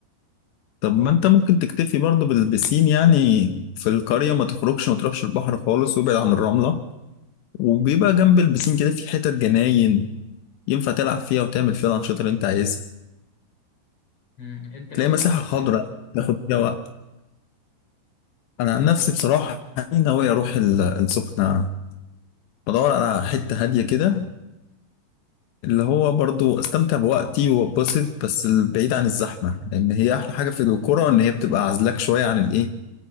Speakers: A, on the left; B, on the left.
A: طب ما انت ممكن تكتفي برضو بال- بالبسين يعني في القرية ما تخرجش ما تروحش البحر خالص وابعد عن الرملة وبيبقى جنب البسين كده في حتت جناين ينفع تلعب فيها وتعمل فيها الأنشطة اللي انت عايزها
B: مم. أنت ناوي
A: تلاقي مساحة
B: تعمل إيه في
A: خضراء
B: التلفزيون؟
A: تاخد فيها وقت أنا عن نفسي بصراحة يعني ناوي أروح ال- السخنة بدور على حتة هادية كده اللي هو برضو أستمتع بوقتي وأتبسط بس بعيد عن الزحمة لأن هي أحلى حاجة في القرى إن هي بتبقى عازلاك شوية عن الإيه